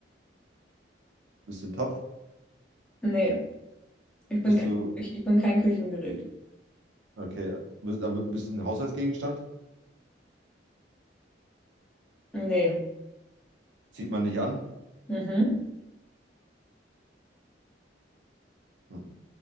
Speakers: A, on the right; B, in the centre.
A: Bist du ein Topf?
B: nee. Ich
A: Bist
B: bin kein,
A: du,
B: ich, ich bin kein Küchengerät.
A: okay, bist, aber bist du ein Haushaltsgegenstand?
B: Nee.
A: Zieht man dich an?
B: Mhm.
A: Hm.